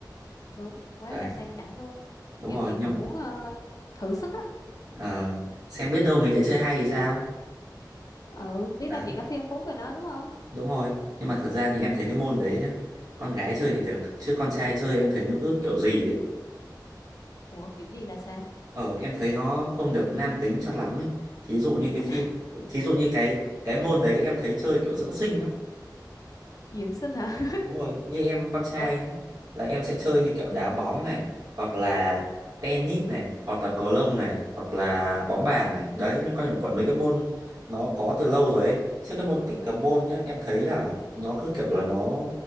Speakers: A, on the left; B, on the right.
A: đúng quá
B: Đấy,
A: là sang chảnh luôn
B: đúng
A: kiểu
B: rồi.
A: chị
B: Nhưng
A: cũng muốn ờ, thử sức á
B: ờ, xem biết đâu mình lại chơi hay thì sao?
A: ừ biết
B: Đấy,
A: đâu chị có thiên phú về nó đúng không
B: đúng rồi. Nhưng mà thật ra thì em thấy cái môn đấy nhá. Con gái chơi thì được, chứ con trai chơi em thấy nó cứ kiểu gì ấy.
A: ủa kiểu gì là sao
B: Ờ em thấy nó
A: thấy
B: không được nam tính cho lắm ấy. Thí dụ như cái
A: hôm
B: phim,
A: nay
B: thí dụ như cái cái môn đấy em thấy chơi kiểu dưỡng sinh lắm.
A: <laughs> dưỡng sinh hả
B: Đúng rồi, như em con trai
A: ừ
B: nhá, là em sẽ chơi như kiểu đá bóng này, hoặc là tennis này, hoặc là cầu lông này, hoặc là bóng bàn này. Đấy, liên quan luẩn quẩn mấy cái môn nó có từ lâu rồi ấy. Chứ cái môn pickleball nhá, em thấy là nó cứ kiểu là nó